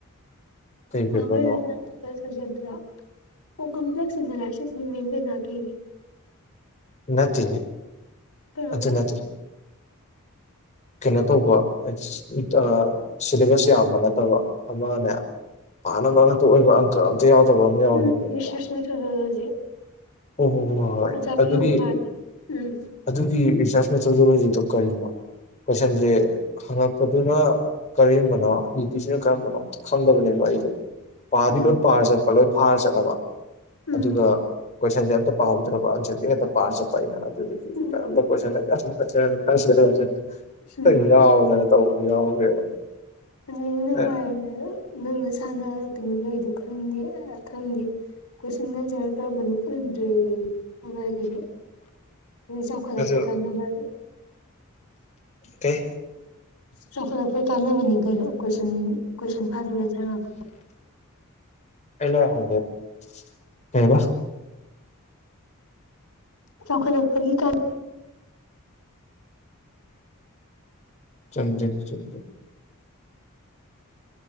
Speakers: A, on the left; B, on the left.
A: ꯀꯩ ꯄꯦꯄꯔꯅꯣ
B: ꯄꯥꯕꯩ ꯂꯣꯢ ꯅꯥꯢꯗꯕ ꯁꯕꯖꯦꯛꯇꯨꯔꯣ ꯑꯣ ꯀꯝꯄ꯭ꯂꯦꯛꯁ ꯑꯦꯅꯂꯥꯢꯁꯤꯁꯅꯦ ꯃꯦꯝ ꯕꯤꯅꯥꯒꯤ
A: ꯅꯠꯇꯦꯍꯦ
B: ꯀꯔꯝꯕ
A: ꯑꯗꯨ ꯅꯠꯇꯦ ꯀꯩꯅꯣ ꯇꯧꯕ ꯑꯁ ꯑꯥ ꯁꯤꯂꯦꯕꯁ ꯌꯥꯝꯕ ꯅꯠꯇꯕ ꯑꯃꯅꯦ ꯄꯥꯅꯕ ꯉꯥꯛꯇ ꯑꯣꯏꯕ ꯑꯪꯀ ꯑꯝꯇ ꯌꯥꯎꯗꯕ ꯑꯃ ꯌꯥꯎꯈꯤꯕꯅꯦ
B: ꯎꯝ ꯔꯤꯁꯔꯁ
A: ꯃꯃꯥꯡꯗ
B: ꯃꯦꯊꯣꯗꯣꯂꯣꯖꯤ
A: ꯍꯣꯏ ꯍꯣꯏ ꯍꯣꯏ ꯍꯣꯏ ꯍꯣꯏ
B: ꯑꯣꯖꯥ ꯄꯤꯌꯣ
A: ꯑꯗꯨꯗꯤ
B: ꯀꯨꯃꯥꯔꯒꯤ ꯎꯝ
A: ꯑꯗꯨꯒꯤ ꯔꯤꯁꯥꯔꯁ ꯃꯦꯊꯣꯗꯣꯂꯣꯖꯤꯗꯣ ꯀꯔꯤꯕ ꯀꯣꯢꯁꯟꯖꯦ ꯍꯪꯉꯛꯄꯗꯨꯅ ꯀꯔꯝꯕꯅꯣ ꯏꯗꯣꯢꯁꯤꯅ ꯀꯔꯝꯕꯅꯣ ꯈꯪꯗꯕꯅꯦꯕ ꯑꯩꯗꯣ ꯄꯥꯗꯤ
B: ꯎꯝ
A: ꯂꯣꯏ ꯄꯥꯔ ꯆꯠꯄ ꯂꯣꯏ ꯐꯥꯔ ꯆꯠꯂꯕ
B: ꯎꯝ
A: ꯑꯗꯨꯒ ꯀꯣꯏꯁꯟꯁꯦ ꯑꯝꯇ ꯄꯥꯍꯧꯗ꯭ꯔꯕ ꯑꯟꯁꯔꯗꯨ ꯉꯥꯛꯇ ꯄꯥꯔ ꯆꯠꯄ ꯑꯩꯅ ꯑꯗꯨꯗꯨꯒꯤ
B: ꯎꯝ
A: ꯀꯔꯝꯕ ꯀꯣꯏꯁꯟ ꯀꯔꯝꯕꯅ ꯑꯟꯁꯔꯅꯣ ꯈꯪꯗꯗꯅ
B: ꯎꯝ
A: ꯉꯥꯎꯗꯅ ꯇꯧꯕ ꯌꯥꯎꯈ꯭ꯔꯦꯕ
B: ꯐꯖꯩꯅꯦ ꯅꯪ
A: ꯑꯦ
B: ꯋꯥꯔꯤꯗꯣ ꯅꯪ ꯅꯁꯥꯅ ꯀꯩꯅꯣ ꯂꯩ ꯗꯣ ꯈꯪꯗꯦ ꯑꯥ ꯈꯪꯗꯦ ꯀꯣꯏꯁꯟꯒ ꯑꯟꯁꯔꯒ ꯀꯔꯝꯕꯅꯣ ꯈꯪꯗ꯭ꯔꯦ ꯑꯗꯨꯃꯥꯏ ꯀꯩꯅꯣ ꯍꯧꯖꯤꯛ ꯆꯥꯎꯈꯠꯂꯛꯄꯩ
A: ꯑꯗꯨ
B: ꯀꯥꯟꯅꯕ
A: ꯀꯩ
B: ꯆꯥꯎꯈꯠꯂꯛꯄꯩ ꯀꯥꯟꯅꯕꯅꯤ ꯀꯩꯅꯣ ꯀꯣꯏꯁꯟ ꯀꯣꯏꯁꯟ ꯐꯥꯗꯕꯤ ꯑꯟꯁꯔ ꯉꯥꯛ
A: ꯑꯩꯅ ꯍꯣꯏꯗꯣꯛ ꯀꯩꯕ
B: ꯆꯥꯎꯈꯠꯂꯛꯄꯒꯤ ꯀꯥꯟ
A: ꯆꯨꯝꯗꯩꯩꯅꯤ ꯆꯨꯝꯗꯩꯅꯤ